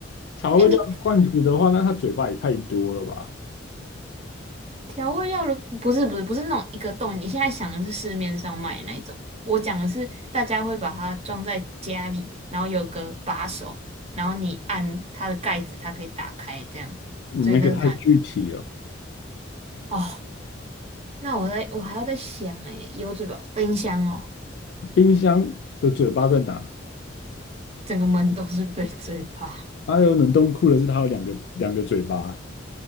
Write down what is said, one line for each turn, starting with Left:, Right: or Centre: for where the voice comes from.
Left: 调味料罐子的话，
Right: 哎，你
Left: 那它嘴巴也太多了吧？
Right: 调味料的不不是不是不是那种一个洞，你现在想的是市面上卖的那一种，我讲的是大家会把它装在家里，然后有个把手，然后你按它的盖子，它可以打开这样，
Left: 你那个太具体了。
Right: 所以那是它的哦。那我在我还要再想哎，有嘴巴，冰箱哦，
Left: 冰箱的嘴巴在哪？
Right: 整个门都是被嘴巴。
Left: 还有冷冻库的是它有两个两个嘴巴，